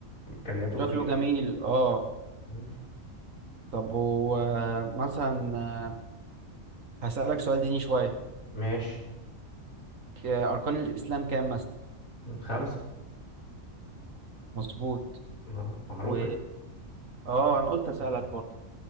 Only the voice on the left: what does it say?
امكانياته
كبيره
مم.
ماشي
مم. خمسه
اه معروفه
دي.